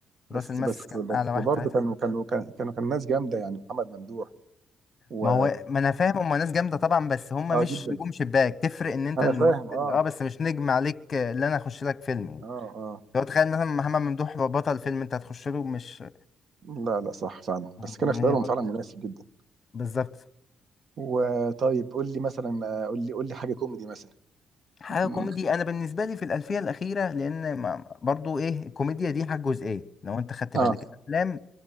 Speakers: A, on the right (about 55°); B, on the left (about 40°).
A: بس
B: راس المس
A: بس
B: كان
A: بس
B: اعلى واحد
A: برضه
B: ساعتها
A: كانوا كانوا كان كانوا كانوا كان ناس جامدة يعني محمد ممدوح و
B: ما هو ما انا فاهم هم ناس جامده طبعا بس هم
A: آه
B: مش
A: جدًا،
B: نجوم شباك تفرق ان انت
A: أنا
B: الممثل
A: فاهم آه،
B: اه بس مش نجم عليك آه، اللي انا اخش لك فيلم يعني
A: آه، آه،
B: لو تخيل مثلا محمد ممدوح بطل فيلم انت هتخش له مش
A: لا، لأ، صح فعلًا،
B: يعني
A: بس كان اختيارهم
B: هي برضه
A: فعلًا مناسب جدًا.
B: بالظبط
A: وطيب قُل لي مثلًا قُل لي قُل لي حاجة كوميدي مثلًا،
B: حاجه
A: امم،
B: كوميدي انا بالنسبه لي في الالفيه الاخيره لان ما- برضو ايه الكوميديا دي حاجه جزئيه لو انت خدت
A: آه،
B: بالك الافلام